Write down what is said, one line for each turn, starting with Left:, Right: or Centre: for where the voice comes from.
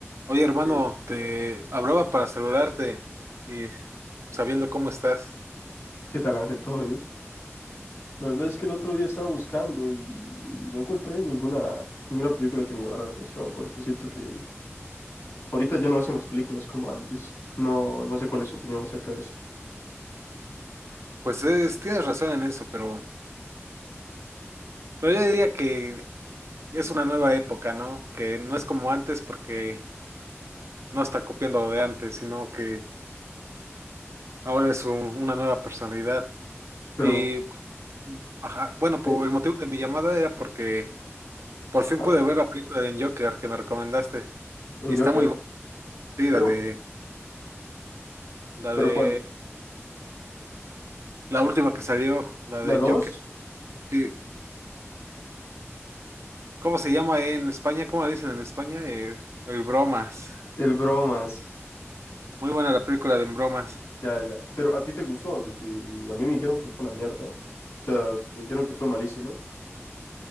Right: Oye, hermano,
Left: Eh,
Right: te hablaba para saludarte y sabiendo cómo estás.
Left: ¿Qué tal, Ángel? ¿Todo bien? La verdad es que el otro día estaba buscando y no encontré ninguna, ninguna película que me llamara la atención, porque siento que ahorita ya no hacen las películas como antes. No, no sé cuál es su opinión acerca de eso.
Right: Pues es- tienes razón en eso, pero, pero yo diría que es una nueva época, ¿no? Que no es como antes porque no está copiando lo de antes, sino que ahora es un- una nueva personalidad.
Left: Pero,
Right: Y bueno, ajá, bueno, por
Left: eh,
Right: el motivo de mi llamada era porque por
Left: ajá,
Right: fin pude ver la película de Joker que me recomendaste.
Left: ¿el
Right: Y está
Left: Joker?
Right: muy buena, sí,
Left: Pero,
Right: la de, la
Left: ¿pero
Right: de
Left: cuál?
Right: la última que salió, la
Left: ¿La
Right: de
Left: dos,
Right: Joker. sí. ¿Cómo se llama en España? ¿Cómo la dicen en España? El, el Bromas.
Left: El bromas.
Right: Muy buena la película de Bromas.
Left: Ya, ya. Pero a ti te gustó. Y a mí me dijeron que fue una mierda. O sea, me dijeron que fue malísima.